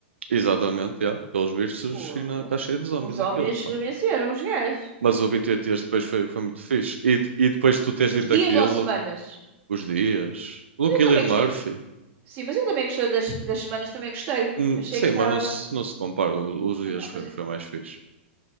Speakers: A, on the right; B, on the right.
A: Exatamente, já. Pelos vistos,
B: Fogo.
A: ainda está cheio de zombies
B: Os homens
A: aquilo,
B: venceram,
A: pá.
B: os gajos.
A: Mas o 28 dias depois foi, foi muito fixe. E, de- e depois de tu teres dito
B: Os dias
A: aquilo,
B: ou semanas?
A: os dias. O
B: Mas
A: Cillian
B: eu também
A: Murphy.
B: gostei. Sim, mas eu também gostei das, das semanas, também gostei.
A: Hum,
B: Achei
A: sim,
B: que estava.
A: mas não se, não se compara. O- Os dias
B: Ah, não,
A: foi,
B: mas.
A: foi mais fixe.